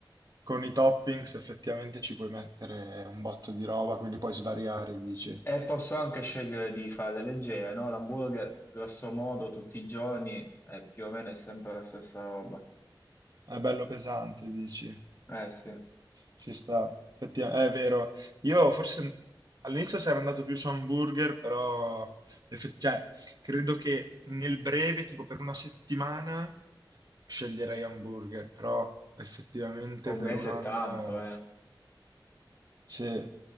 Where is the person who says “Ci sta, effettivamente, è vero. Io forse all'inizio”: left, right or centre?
Right